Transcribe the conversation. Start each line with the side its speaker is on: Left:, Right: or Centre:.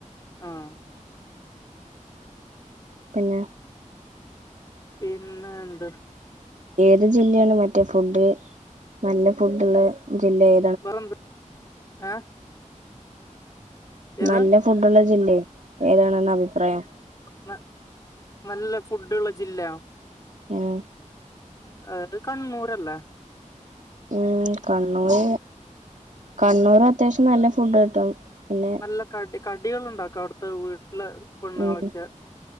Left: ആഹ്
Right: പിന്നെ
Left: പിന്നെഎന്ത്
Right: ഏത് ജില്ലയാണ് മറ്റേ ഫുഡ് നല്ല ഫുഡുള്ള ജില്ലഎ
Left: വേറെന്ത് ആഹ് ഏത്
Right: നല്ല ഫുഡുള്ള ജില്ലയെ ഏതാണെന്ന അഭിപ്രായം
Left: ന നല്ല ഫുഡുള്ള ജില്ല
Right: യാ
Left: അത് കണ്ണൂരല്ലേ
Right: ഉം കണ്ണൂര് കണ്ണൂർ അത്യാവശ്യം നല്ല ഫുഡ് കിട്ടും പിന്നെ
Left: നല്ല കടി കടികൾ ഉണ്ടാക്കും അവിടത്തെ വീട്ടിലെ പെണ്ണുങ്ങളൊക്കെ
Right: ഉം